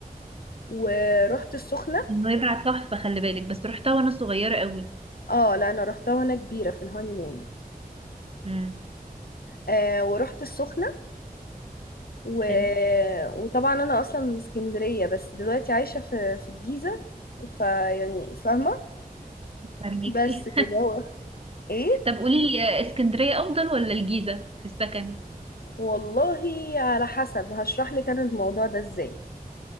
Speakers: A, on the left; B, on the right.
A: ورحت السخنة
B: نويبع تحفة خلي بالك بس رحتها وانا صغيرة قوي
A: اه لا انا رحتها وانا كبيرة في الهانيمون
B: امم
A: آه ورحت السخنة و...
B: حلو
A: وطبعا انا اصلا من اسكندرية بس دلوقتي عايشة في في الجيزة فيعني فاهمة
B: فهميكي
A: بس كده هو ايه
B: <laughs> طب قولي لي آه، اسكندرية افضل ولا الجيزة في السكن
A: والله على حسب هشرح لك انا الموضوع ده ازاي